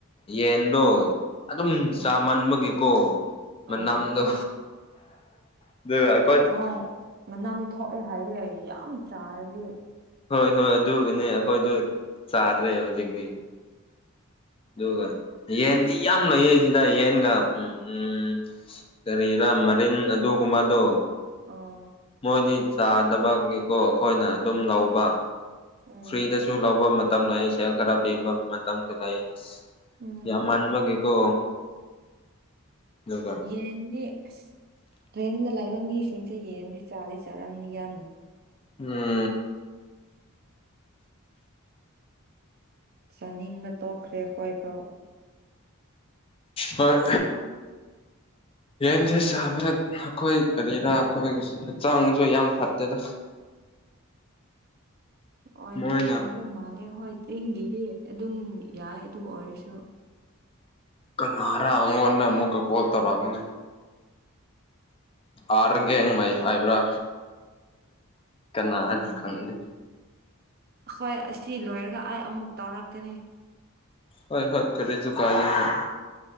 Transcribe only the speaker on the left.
ꯌꯦꯟꯗꯣ ꯑꯗꯨꯝ
ꯆꯥꯃꯟꯕꯒꯤ ꯀꯣ ꯃꯅꯥꯝꯗꯣ
ꯑꯗꯨꯒ
ꯍꯣꯏ ꯍꯣꯏ ꯑꯗꯨꯒꯤꯅꯦ ꯑꯩꯈꯣꯏꯗ ꯆꯥꯗ꯭ꯔꯦ ꯍꯧꯖꯤꯛꯇꯤ ꯑꯗꯨꯒ ꯌꯦꯟꯗꯤ ꯌꯥꯝ ꯂꯩꯌꯦ ꯁꯤꯗ ꯌꯦꯟꯒ ꯎꯝ ꯀꯔꯤꯔꯥ ꯃꯔꯤꯟ ꯑꯗꯨꯒꯨꯝꯕꯗꯣ
ꯃꯣꯏꯗꯤ ꯆꯥꯗꯕꯒꯤꯀꯣ ꯑꯩꯈꯣꯏꯅ ꯑꯗꯨꯝ ꯂꯧꯕ
ꯐ꯭ꯔꯤꯗꯁꯨ ꯂꯧꯕ ꯃꯇꯝ ꯂꯩ ꯁꯦꯜ ꯈꯔ ꯄꯤꯕ ꯃꯇꯝꯁꯨ ꯂꯩ ꯑꯁ
ꯌꯥꯝꯃꯟꯕꯒꯤꯀꯣ ꯑꯗꯨꯒ
ꯎꯝ
ꯍꯣꯏ ꯌꯦꯟꯁꯦ ꯁꯥꯕꯗ ꯑꯩꯈꯣꯏ ꯀꯔꯤꯔꯥ ꯑꯩꯈꯣꯏꯒꯤ ꯍꯛꯆꯥꯡꯁꯨ ꯌꯥꯝ ꯐꯠꯇꯦꯗ
ꯃꯣꯏꯅ
ꯀꯅꯥꯔꯥ ꯑꯩꯉꯣꯟꯗ ꯑꯃꯨꯛꯀ ꯀꯣꯜ ꯇꯧꯔꯛꯑꯒꯅꯤ ꯑꯥꯔꯒꯦꯡ ꯃꯩ ꯍꯥꯏꯕ꯭ꯔꯥ ꯀꯅꯥꯅ
ꯈꯪꯗꯦ
ꯍꯣꯏ ꯍꯣꯏ ꯀꯔꯤꯁꯨ ꯀꯥꯥꯏꯗꯦ ꯍꯣꯏ